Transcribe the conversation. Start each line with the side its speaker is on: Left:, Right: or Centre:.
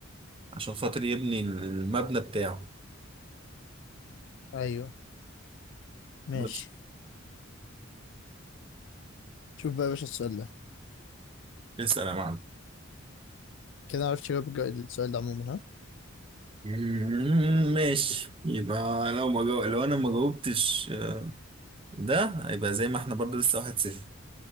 Right: عشان خاطر يبني المبنى بتاعه
Left: ايوه ماشي
Right: بس
Left: شوف بقى يا باشا السؤال ده
Right: اسأل يا معلم
Left: كده عرفت جواب السؤال ده عموما ها
Right: مم، ماشي يبقى لو ما جو... لو انا ما جاوبتش ده هيبقى زي ما احنا برضو لسه واحد صفر